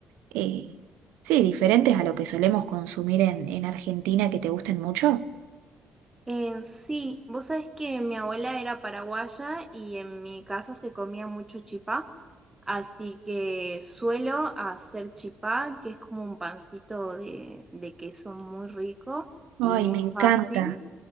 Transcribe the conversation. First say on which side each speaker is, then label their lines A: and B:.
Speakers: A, on the right; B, on the right.
A: eh, sí, diferentes a lo que solemos consumir en, en Argentina, que te gusten mucho?
B: Eh, sí, vos sabés que mi abuela era paraguaya y en mi casa se comía mucho chipá, así que suelo hacer chipá, que es como un pancito de, de queso muy rico
A: Ay,
B: y muy
A: me encanta.
B: fácil.